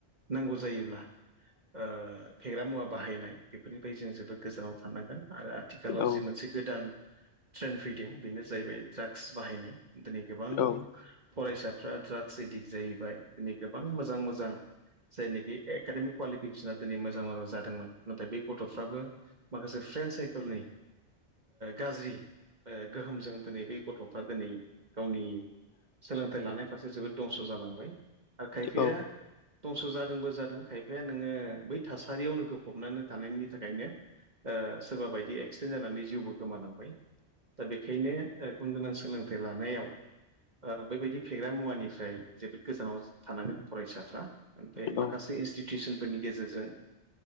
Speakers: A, on the right; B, on the left.
A: नांगौ जायोब्ला ओ फेग्रा मुवा बाहायनाय बेफोरनिफ्राय जों जोबोद गोजानाव थानांगोन आरो आथिखालाव
B: औ
A: जि मोनसे गोदान ट्रेन्ड फैदों बेनो जाहैबाय द्राग्स बाहायनाय दिनै गोबां
B: औ
A: फरायसाफ्रा ड्राग्स एदिक्ट जाहैबाय दिनै गोबां मोजां मोजां जायनोखि एकाडेमिक कुवालिफिकेसना दिनै मोजां मोजां जादोंमोन नाथाय बे गथ'फ्राबो माखासे फ्रेन्ड साइकोलनि गाज्रि गोहोमजों दिनै बे गथ'फ्रा दिनै गावनि सोलोंथाइ लानाय फारसे जोबोद दंस' जालांबाय आरो खायफाया
B: औ
A: दंस' जादोंबो जादों खायफाया नोङो बै थासारियावनो गो फबनानै थानायनि थाखायनो सोरबा बायदि एक्सिडेन्ट जानानै जिउबो गोमानांबाय दा बेखायनो गुन गोनां सोलोंथाइ लानायाव बैबायदि फेग्रा मुवानि ओमफ्राय जोबोद गोजानाव थानांगोन फरायसाफ्रा ओमफ्राय
B: औ
A: माखासे इनस्टिटिउसनफोरनि गेजेरजों